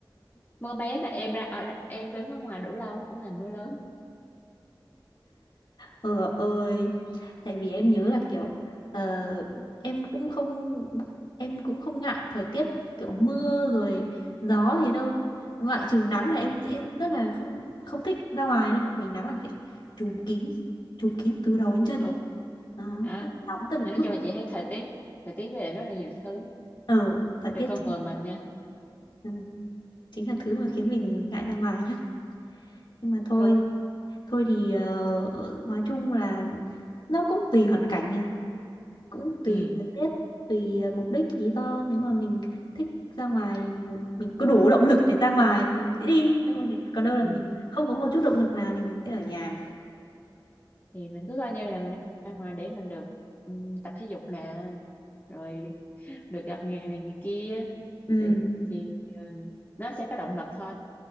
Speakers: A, on the left; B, on the left.
A: mưa bé mà em ra ở, em đứng ở ngoài đủ lâu nó cũng thành mưa lớn
B: ờ ơi tại vì em nhớ là kiểu ờ, em cũng không em cũng không ngại thời tiết kiểu mưa rồi gió gì đâu ngoại trừ nắng là em sẽ rất là không không thích ra ngoài đâu vì nắng là phải trùm kín trùm kín từ đầu đến chân
A: đúng
B: đó
A: đó
B: rất là nóng rất là
A: Mà nói
B: bức
A: chung là chị thấy thời tiết thời tiết về rất là nhiều thứ
B: ờ thời
A: về
B: tiết
A: con
B: chính,
A: người mình nha
B: ừ, chính là thứ mà khiến mình ngại ra ngoài nhá nhưng mà thôi
A: đúng
B: thôi thì ờ, ờ, nói chung là nó cũng tùy hoàn cảnh nhỉ cũng
A: ừ
B: tùy thời tiết tùy ờ, mục đích lý do nếu mà mình thích ra ngoài mình mình có đủ động lực để ra ngoài thì mình sẽ đi đâu để- còn đâu là
A: ừ.
B: mình không có một chút động lực nào thì mình sẽ ở nhà
A: thì mình cứ coi như là mình ra ngoài để mình được ừ, tập thể dục nè rồi được gặp người này người kia thì
B: ừ
A: tự nhiên thì ừ, nó sẽ có động lực thôi